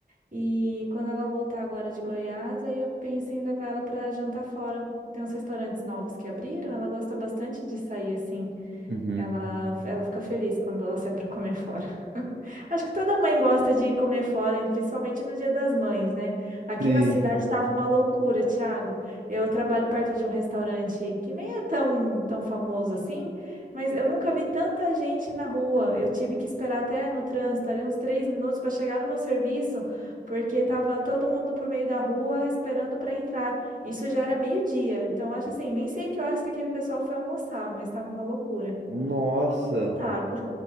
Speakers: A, on the right; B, on the right.
A: E quando ela voltar agora de Goiás, aí eu penso em levar ela para jantar fora. Tem uns restaurantes novos que abriram, ela gosta bastante de sair assim.
B: uhum.
A: Ela, ela fica feliz quando ela sai para comer fora. <laughs> Acho que toda mãe gosta de comer fora, principalmente no Dia das Mães, né? Aqui
B: Sim.
A: na cidade estava uma loucura, Thiago. Eu trabalho perto de um restaurante que nem é tão, tão famoso assim, mas eu nunca vi tanta gente na rua. Eu tive que esperar até no trânsito, ali uns três minutos para chegar no meu serviço, porque tava todo mundo por meio da rua esperando para entrar. Isso já era meio-dia. Então, eu acho assim, nem sei que horas que aquele pessoal foi almoçar, mas estava uma loucura.
B: Nossa.
A: Tudo lotado.